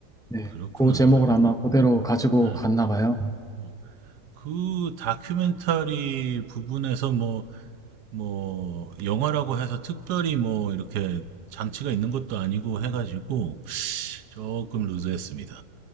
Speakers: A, in the centre; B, on the right.
A: 네,
B: 그렇구나.
A: 그 제목을 아마 그대로 가지고
B: 네.
A: 갔나 봐요.
B: 어, 그 다큐멘터리 부분에서 뭐, 뭐, 영화라고 해서 특별히 뭐, 이렇게 장치가 있는 것도 아니고 해가지고 조금 루즈했습니다.